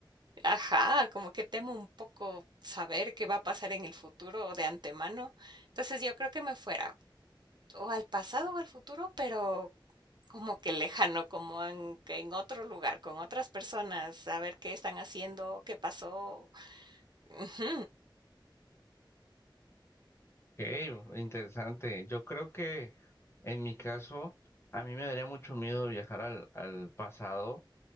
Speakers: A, on the right; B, on the left.
A: ajá, como que temo un poco saber qué va a pasar en el futuro de antemano. Entonces yo creo que me fuera o al pasado o al futuro, pero como que lejano, como en, que en otro lugar, con otras personas, saber qué están haciendo, qué pasó. Ujú,
B: Ok, interesante. Yo creo que en mi caso, a mí me daría mucho miedo viajar al, al pasado.